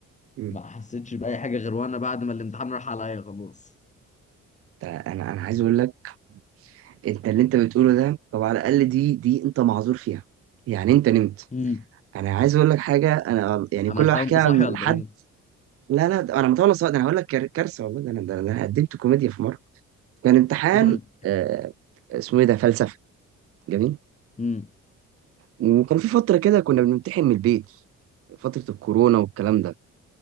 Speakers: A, on the right; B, on the left.
A: م.
B: ما حسيتش بأي حاجة غير وأنا بعد ما الامتحان راح عليا خلاص
A: ده انا انا عايز اقول لك انت اللي انت بتقوله ده طب على الاقل دي دي انت معذور فيها يعني انت نمت
B: امم
A: انا عايز اقول لك حاجه انا يعني
B: عملتها
A: كل ما احكيها
B: وأنت صاحي
A: لحد
B: ولا إيه؟
A: لا لا ده انا مطول صوت انا هقول لك كار- كارثه والله ده انا ده انا قدمت كوميديا في مره كان امتحان
B: <laughs> قول
A: آه اسمه ايه ده فلسفه جميل
B: امم
A: وكان في فتره كده كنا بنمتحن من البيت فتره الكورونا والكلام ده